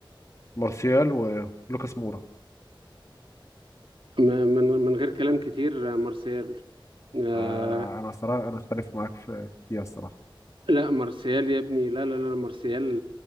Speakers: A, on the left; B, on the right.
A: مارسيال ولوكاس مورا
B: م- من من غير كلام كتير آه، مارسيال آه
A: آه، أنا الصراحة أنا أختلف معاك في- فيها الصراحة
B: لا مارسيال يا ابني لا لا لا مارسيال